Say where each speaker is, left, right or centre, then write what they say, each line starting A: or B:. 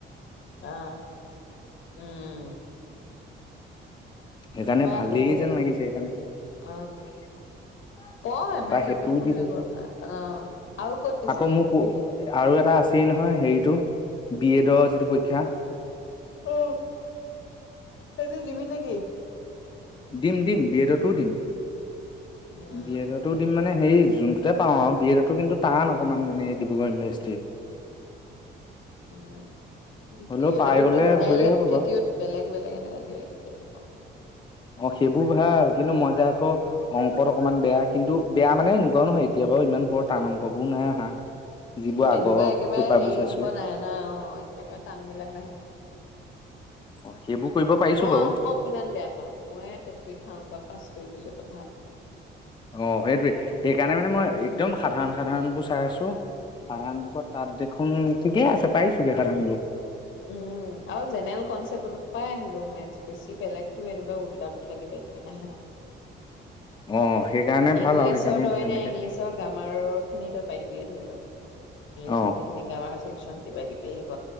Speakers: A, on the left; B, on the left.
A: আহ উম
B: সেইকাৰণে
A: প্ৰায়
B: ভালেই
A: বহুতে
B: যেন
A: চাম
B: লাগিছে সেইকাৰণে
A: অ', পঢ় এম
B: এটা
A: এছ
B: সেইটোও
A: ডব্লিউ পঢ়ি
B: দি থৈছোন
A: কথা অ', আৰু ক'ত দিছিলি
B: আকৌ মোক
A: তই?
B: আৰু এটা আছেই নহয় হেৰিতটো বি এডৰ যিটো পৰীক্ষা।
A: আহ সেইটো দিবি নেকি।
B: দিম দিম বিয়েডতোও দিম
A: উম,
B: বিয়েডতো দিম মানে হেৰি যোনটোতে পাওঁ আৰু বি এডতো কিন্তু টান অকনমান মানে ডিব্ৰুগড় ইউনিভাৰ্চিটি।
A: উম
B: হ'লেও
A: বিএডতো
B: পাই গ'লে
A: জেনেল
B: ভালেই
A: এপটিটিউড
B: হ'ব বাৰু
A: বেলেগ বেলেগ এনে কিবা কিবি আহিব।
B: অ সেইবোৰ ভাল। কিন্তু মই যে আকৌ অংকত অকণমান বেয়া কিন্তু বেয়া মানে এনেকোৱাও নহয় এতিয়া বাৰু ইমান বৰ টান অংকবোৰ নাই অহা যিবোৰ
A: তো তেনেকুৱা
B: আগৰ
A: একেবাৰে
B: পেপাৰবোৰ
A: হেৰি
B: চাইছো
A: অংক নাহে নহয় অ একেবাৰে টান বিলাক নাহে <unintelligible>
B: অ সেইবোৰ কৰিব পাৰিছো
A: মই
B: বাৰু
A: অংক কিমান বেয়া পাওঁ মই ত পৰীক্ষা অংকত পাছ কৰি গৈছো। তটো ভাল
B: অ সেইটোৱে সেইকাৰণে মানে মই একদম সাধাৰণ সাধাৰণ বোৰ চাই আছো সাধাৰণ বুকত তাত দেখোন ঠিকে আছে পাই যাবি সাধাৰণ বুক
A: উম উম আৰু জেনেৰেল কনচেপ্ট পৰাই আহিব মেথছ বেছি বেলেগতো এনেকুৱা উল্টা পুলটা কিবা কিবি নাহে নহয়
B: অ', সেইকাৰণে
A: <unintelligible> ইংলিছত
B: ভাল আৰু সেইকাৰণে
A: তই
B: তেনেকে
A: এতিয়া ইংলিছৰ গ্ৰামাৰৰ খিনি তই পাৰিবি ইংলিছৰ
B: অ',
A: যিখিনি গ্ৰামাৰ চেকন <unintelligible> কিবা কিবি আহিব